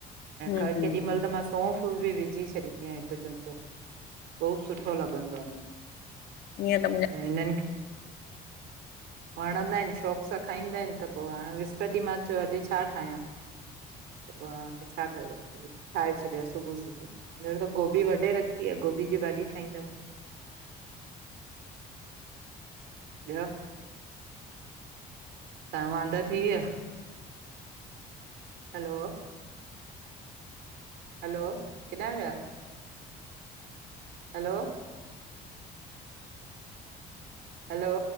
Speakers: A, on the right; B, on the left.
A: क
B: हम्म
A: केॾी
B: हम्म।
A: महिल त मां सोफ़ बि विझ विझी छॾींदी आहियां हिकु चिमिचो। ख़ूब सुठो लॻंदो आए
B: ईअं त मुंहिंजा
A: ऐं हिननि खे वणंदा आहिन, शौक़ सां खाईंदा आहिन त पो हाण विस्पत ॾींहं मां चयो अॼु छा ठाहियां? <inaudible> पोइ हाण छा कजे, ठाहे छॾियो सुबु सुबु, ॼणु त गोभी वढे रखी आ। गोभी हीअ भाॼी ठाईंदम। ॿियो? तां वांदा थी वियव? हलो। हलो केंॾा विया? हलो! हलो!